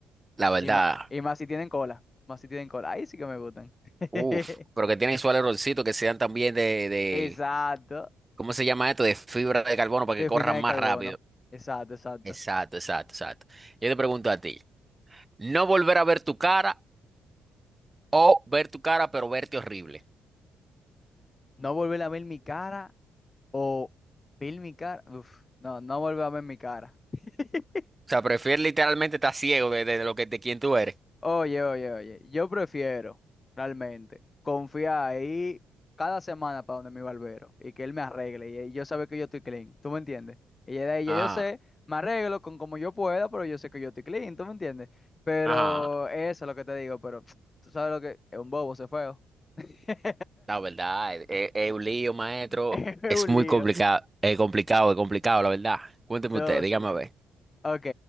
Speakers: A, on the right (about 20°); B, on the left (about 25°).
A: La verdad,
B: Y más, y más si tienen cola, más si tienen cola, ahí sí que me gustan. <laughs>
A: uff, pero que tienen su alerolcito que sean también de, de,
B: Exacto,
A: ¿cómo se llama esto? De fibra de carbono para
B: de
A: que corran
B: fina de
A: más
B: carbono,
A: rápido.
B: exacto, exacto.
A: Exacto, exacto, exacto. Yo te pregunto a ti, ¿no volver a ver tu cara o ver tu cara pero verte horrible?
B: No volver a ver mi cara o ver mi cara, uf, no, no volver a ver mi cara. <laughs>
A: O sea, prefiero literalmente estar ciego de, de- de lo que de quién tú eres.
B: Oye, oye, oye, yo prefiero realmente confiar ahí cada semana para donde mi barbero y que él me arregle y yo sabe que yo estoy clean, ¿tú me entiendes? Y ya de ahí ya
A: Ajá,
B: yo sé, me arreglo con como yo pueda, pero yo sé que yo estoy clean, ¿tú me entiendes? Pero
A: ajá.
B: eso es lo que te digo, pero <tsk> tú sabes lo que es un bobo, se feo. <laughs>
A: La verdad, es, es- es un lío, maestro.
B: Es
A: Es
B: un
A: muy
B: lío.
A: complicado, es complicado, es complicado, la verdad. Cuénteme
B: No,
A: usted,
B: sí,
A: dígame
B: sí.
A: a ver.
B: Ok,